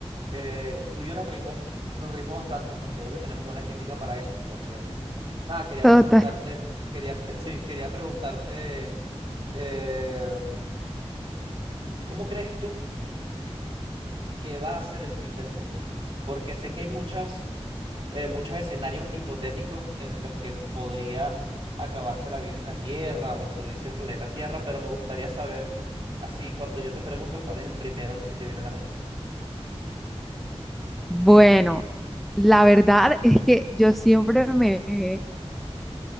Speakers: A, on the right; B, in the centre.
A: eh, tú y yo nos reímos, nos reímos bastante, considero que tenemos buena química para eso, entonces, nada, quería
B: Total
A: preguntarte, quería, <laughs> sí, quería preguntarte, eh, ¿cómo crees tú? que va a ser el fin del mundo. Porque sé que hay muchas, eh, muchos escenarios hipotéticos en los que podría acabarse la vida en la Tierra o destruirse el planeta Tierra, pero me gustaría saber, así, cuando yo te pregunto, ¿cuál es el primero que se te viene a la mente?
B: Bueno, la verdad es que yo siempre me he